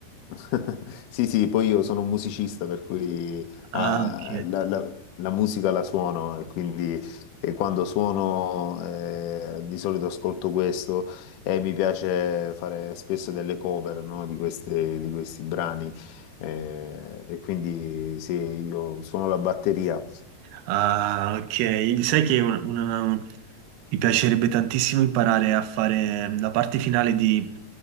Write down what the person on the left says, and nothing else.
<laughs> Sì, sì, poi io sono un musicista, per cui
ah,
la, la- la musica la suono e quindi eh, quando suono eh, di solito ascolto questo e mi piace fare spesso delle cover, no, di queste- di questi brani eh, e quindi sì, io suono la batteria